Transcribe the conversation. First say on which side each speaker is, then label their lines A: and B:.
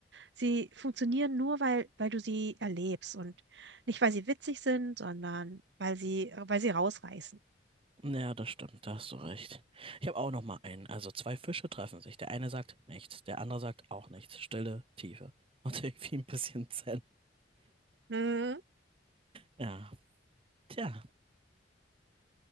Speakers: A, on the right (about 70°); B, on the right (about 30°).
A: Sie funktionieren nur, weil, weil du sie erlebst und nicht, weil sie witzig sind, sondern weil sie, weil sie rausreißen.
B: Ja, das stimmt, da hast du recht. Ich habe auch noch mal einen. Also zwei Fische treffen sich. Der eine sagt nichts, der andere sagt auch nichts. Stille, Tiefe. Und <laughs> irgendwie ein bisschen Zen.
A: Mhm.
B: Ja, tja.